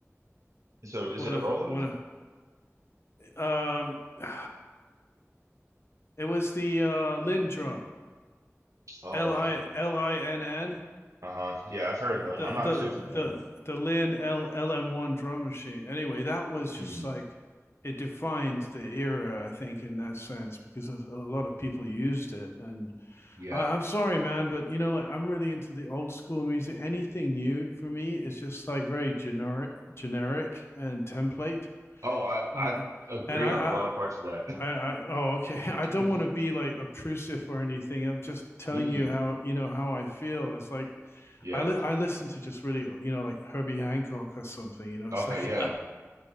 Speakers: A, on the right (about 80°); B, on the left (about 50°).
A: So is
B: one
A: it
B: of
A: a Roland?
B: one of um <sighs> it was the uh lin drum
A: Oh,
B: l-i
A: I've heard of them.
B: l-i-n-n
A: Uh-huh. Yeah, I've heard
B: the
A: of them. I'm not
B: the
A: too familiar.
B: the the lin L, lm1 drum machine anyway that was just
A: Hmm.
B: like it defined the era i think in that sense because a lot of people used it and
A: Yeah.
B: I, I'm sorry, man, but you know, like I'm really into the old school music. Anything new for me is just like very generic, generic and template.
A: Oh, I
B: Uh,
A: I agree
B: and I,
A: on
B: I,
A: a lot of parts of that.
B: I, I, oh, okay. <laughs> I don't
A: <laughs>
B: want to be like obtrusive or anything. I'm just telling
A: Mm-mm.
B: you how, you know, how I feel. It's like
A: Yeah.
B: I, li- I listen to just really, you know, like Herbie Hancock or something. You know,
A: Okay.
B: it's like,
A: Yeah.